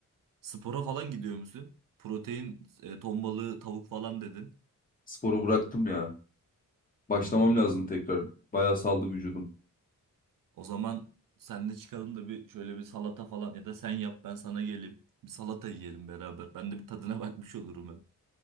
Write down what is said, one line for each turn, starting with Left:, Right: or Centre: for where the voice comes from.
Right: Spora falan gidiyor musun? Protein, e, ton balığı, tavuk falan dedin.
Left: Sporu bıraktım ya. Başlamam
Right: Hmm.
Left: lazım tekrar. Bayağı saldı vücudum.
Right: O zaman senle çıkalım da bir şöyle bir salata falan ya da sen yap ben sana geleyim. Bir salata yiyelim beraber. Ben de bir tadına <laughs> bakmış olurum hem.